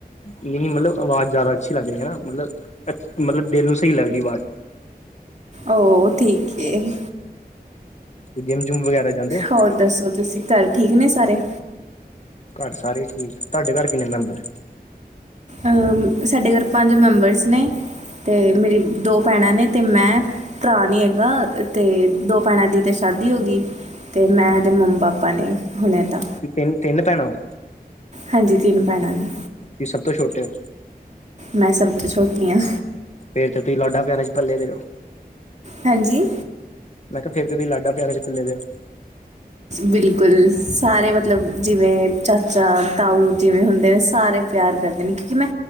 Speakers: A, on the left; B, on the right.
A: ਨਹੀਂ-ਨਹੀਂ ਮਤਲਬ ਅਵਾਜ਼ ਜ਼ਿਆਦਾ ਅੱਛੀ ਲੱਗ ਰਹੀ ਐ ਨਾ, ਮਤਲਬ-ਮਤਲਬ ਦਿਲ ਨੂੰ ਸਹੀ ਲੱਗ ਰਹੀ ਐ ਅਵਾਜ਼।
B: ਓਹ ਠੀਕ ਏ।
A: ਜਿੰਮ ਜੁੰਮ ਵਗੈਰਾ ਜਾਂਦੇ ਓ।
B: ਹੋਰ ਦੱਸੋ ਤੁਸੀਂ, ਘਰ ਠੀਕ ਨੇ ਸਾਰੇ।
A: ਘਰ ਸਾਰੇ ਠੀਕ, ਤੁਹਾਡੇ ਘਰ ਕਿੰਨੇ ਮੈਂਬਰ।
B: ਅ ਸਾਡੇ ਘਰ ਪੰਜ ਮੈਂਬਰਸ ਨੇ, ਤੇ ਮੇਰੀ ਦੋ ਭੈਣਾਂ ਨੇ, ਅ ਤੇ ਮੈਂ। ਭਰਾ ਨੀ ਹੈਗਾ, ਤੇ ਦੋ ਭੈਣਾਂ ਦੀ ਤੇ ਸ਼ਾਦੀ ਹੋਗੀ। ਤੇ ਮੈਂ ਤੇ ਮੰਮ ਪਾਪਾ ਨੇ ਹੁਣੇ ਤਾਂ।
A: ਤਿੰਨ-ਤਿੰਨ ਭੈਣਾਂ ਓ।
B: ਹਾਂਜੀ, ਤਿੰਨ ਭੈਣਾਂ ਨੇ,
A: ਤੁਸੀਂ ਸਭ ਤੋਂ ਛੋਟੇ ਹੋ
B: ਮੈਂ ਸਭ ਤੋਂ ਛੋਟੀ ਹਾਂ।
A: ਫੇਰ ਤੇ ਤੁਸੀਂ ਲਾਡਾ ਪਿਆਰਾਂ ਚ ਪਲੇ ਦੇ ਓ।
B: ਹੈਂ ਜੀ।
A: ਮੈਂ ਕਿਹਾ ਫੇਰ ਤੇ ਤੁਸੀਂ ਲਾਡਾ ਪਿਆਰਾਂ ਚ ਪਲੇ ਦੇ ਓ।
B: ਬਿਲਕੁਲ ਸਾਰੇ ਮਤਲਬ ਜਿਵੇਂ ਚਾਚਾ, ਤਾਊ ਜਿਵੇਂ ਹੁੰਦੇ ਨੇ ਸਾਰੇ ਪਿਆਰ ਕਰਦੇ ਨੇ, ਕਿਉਂਕਿ ਮੈਂ